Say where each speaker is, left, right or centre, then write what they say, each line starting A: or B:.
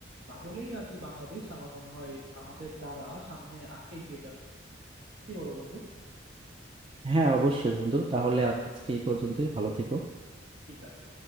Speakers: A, on the right; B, on the right.
A: তাহলেই আর কি বাংলাদেশ আমার মনে হয় আমাদের দ্বারা সামনে আ- এগিয়ে যাবে কি বলো বন্ধু
B: হ্যাঁ অবশ্যই বন্ধু তাহলে আজকে এই পর্যন্তই ভালো থেকো
A: ঠিক আছে